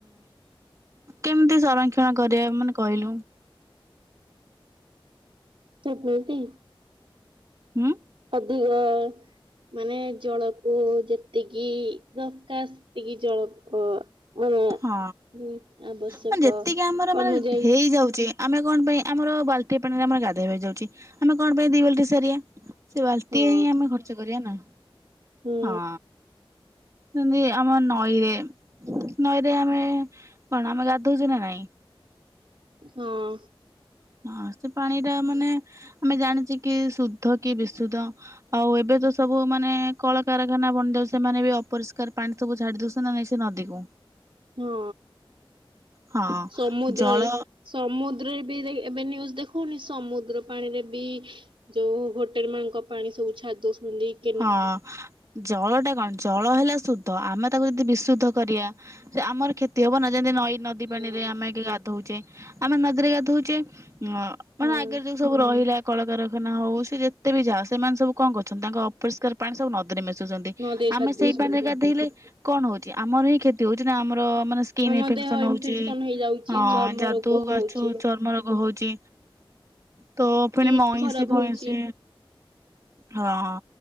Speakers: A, on the right (about 35°); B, on the right (about 70°).
A: କେମିତି ସଂରକ୍ଷଣ କରିବା ମାନେ କହିଲୁ।
B: ତୁ ମିତି
A: ହୁଁ
B: ଅଧିକ ମାନେ ଜଳକୁ ଯେତିକି ଦରକାର ସେତିକି ଜଳ ଅ ମାନେ
A: ହଁ
B: ହୁଁ ଆବଶ୍ୟକ
A: ମ ଯେତିକି ଆମର ମାନେ
B: ଅନୁଯାୟୀ
A: ହେଇଯାଉଛି। ଆମେ କଣ ପାଇଁ ଆମର ବାଲ୍ଟିଏ ପାଣିରେ ଆମର ଗାଧୋଇବା ହେଇଯାଉଛି ଆମେ କଣ ପାଇଁ ଦି ବାଲଟି ସାରିବା। ସେ ବାଲଟିଏ
B: ହଁ
A: ହିଁ ଆମେ ଖର୍ଚ୍ଚ କରିବା ନା
B: ହୁଁ
A: ହଁ। ସେମତି ଆମ ନଈରେ ନଈରେ ଆମେ କଣ ଆମେ ଗାଧିଉଛୁ ନା ନାଇଁ।
B: ହଁ।
A: ହଁ ସେ ପାଣିଟା ମାନେ ଆମେ ଜାଣିଛେ କି ଶୁଦ୍ଧ କି ବିଶୁଦ୍ଧ। ଆଉ ଏବେ ତ ସବୁ ମାନେ କଳକାରଖାନା ବନି ଯାଉଛି ସେମାନେ ବି ଅପରିଷ୍କାର ପାଣି ସବୁ ଛାଡି ଦଉଛ ନା ନାଇ ସେ ନଦୀ କୁ
B: ହଁ
A: ହଁ
B: ସମୁଦ୍ରରେ।
A: ଜଳ
B: ସମୁଦ୍ରରେ ବି ଏବେ ନ୍ୟୁଜ ଦେଖଉନି ସମୁଦ୍ର ପାଣିରେ ବି ଯୋଉ ହୋଟେଲ ମାନଙ୍କ ପାଣି ସବୁ ଛାଡି ଦେଉଛନ୍ତି।
A: ହଁ ଜଳ ଟା କଣ ଜଳ ହେଲା ଶୁଦ୍ଧ ଆମେ ତାକୁ ଯଦି ବିଶୁଦ୍ଧ କରିବା ସେ ଆମର କ୍ଷତି ହବ ନା ଯେମିତି ନଈ ନ- ନଦୀ
B: ହଁ
A: ପାଣିରେ ଆମେ ଏଇଠି ଗାଧୋଉଛେ ଆମେ ନଦୀରେ ଗାଧୋଉଛେ ମାନେ
B: ହଁ
A: ଆଗରେ ଯୋଉ ସବୁ ରହିଲା କଳକାରଖାନା ହଉ ସେ ଯେତେ ବି ଯା ସେମାନେ ସବୁ କଣ କରୁଛନ୍ତି ତାଙ୍କ ଅପରିଷ୍କାର ପାଣି ସବୁ ନ ଦିରେ ମିଶୁଛନ୍ତି
B: ନଦୀରେ ଛାଡି
A: ଆମେ ସେଇ
B: ଦଉଛନ୍ତି
A: ପାଣିରେ ଗାଧେଇଲେ କଣ ହଉଛି ଆମର ହିଁ କ୍ଷତି ହଉଛି ନା ଆମର ମାନେ ସ୍କିନ୍
B: ଆମ
A: ଇନଫେକ୍ସନ
B: ଦେହ ଇନଫେକ୍ସନ
A: ହଉଛି
B: ହେଇଯାଉଛି
A: ଅ
B: ଚର୍ମ
A: ଯାଦୁ
B: ରୋଗ
A: କାଛୁ
B: ହଉଛି
A: ଚର୍ମ ରୋଗ ହଉଛି। ତ
B: ସ୍କିନ୍
A: ପୁଣି ମଇଁଶି
B: ଖରାପ
A: ଫଇଁସି
B: ହଉଛି
A: ହଁ।